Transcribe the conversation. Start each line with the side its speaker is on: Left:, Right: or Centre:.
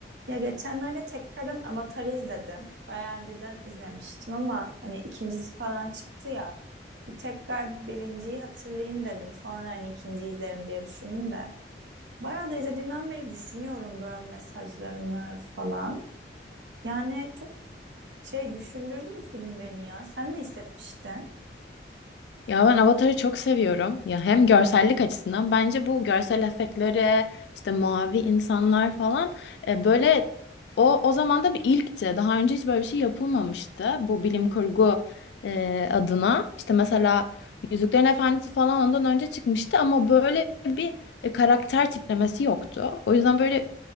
Right: Ya geçenlerde tekrardan Avatar'ı izledim. Bayağı önceden izlemiştim ama hani ikincisi falan çıktı ya. Bir tekrar birinciyi hatırlayayım dedim. Sonra hani ikinciyi izlerim diye düşündüm de. Bayağı da izlediğimden beri düşünüyorum böyle mesajlarını falan. Yani çok şey düşündürdü bu film beni ya. Sen ne hissetmiştin?
Left: Ya ben Avatar'ı çok seviyorum. Ya hem görsellik açısından bence bu görsel efektleri, işte mavi insanlar falan e, böyle o o zaman da bir ilkti. Daha önce hiç böyle bir şey yapılmamıştı bu bilim kurgu e, adına. İşte mesela Yüzüklerin Efendisi falan ondan önce çıkmıştı ama böyle bir e, karakter tiplemesi yoktu. O yüzden böyle